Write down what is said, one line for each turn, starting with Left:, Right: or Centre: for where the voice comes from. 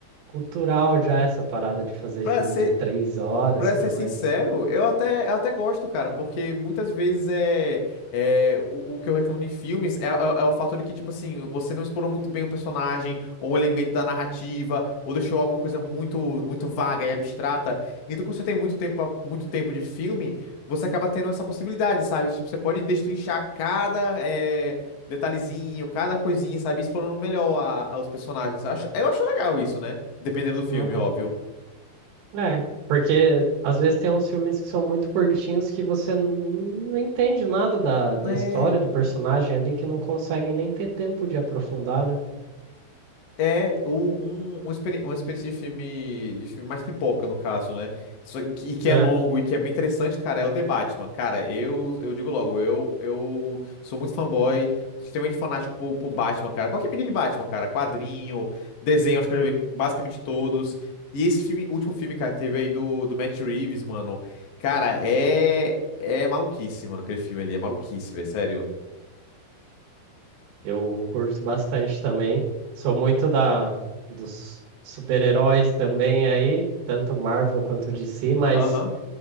Right: cultural já essa parada de fazer
Left: Pra
Right: filme
Left: ser
Right: de três horas
Left: Pra
Right: pra
Left: ser
Right: mais.
Left: sincero, eu até, eu até gosto, cara, porque muitas vezes é, é o, o que eu reclamo em filmes é, é, é o fato de que, tipo assim, você não explorou muito bem o personagem, ou um elemento da narrativa, ou deixou alguma coisa muito, muito vaga e abstrata. Então, quando você tem muito tempo, muito tempo de filme, você acaba tendo essa possibilidade, sabe? Tipo, você pode destrinchar cada, é, detalhezinho, cada coisinha, sabe? Explorando melhor a- os personagens. Acho, eu acho legal isso, né? Dependendo do filme,
Right: Uhum.
Left: óbvio.
Right: É, porque às vezes tem uns filmes que são muito curtinhos que você não não entende nada da, da
Left: É.
Right: história do personagem ali, que não consegue nem ter tempo de aprofundar, né?
Left: É o- um, um experi- uma experiência de filme, de filme mais pipoca, no caso, né? Só que, e que
Right: É,
Left: é longo e que é bem interessante, cara, é o The Batman. Cara, eu, eu digo logo, eu, eu sou muito fanboy, extremamente fanático por, por Batman, cara. Qualquer mídia de Batman, cara, quadrinho, desenho, acho que eu já vi basicamente todos. E esse filme, último filme, cara, que teve aí do, do Matt Reeves, mano. Cara, é, é maluquice, mano, aquele filme ali, é maluquice, velho, sério.
Right: eu curto bastante também. Sou muito da dos super-heróis também aí, tanto Marvel quanto DC, mas
Left: Aham.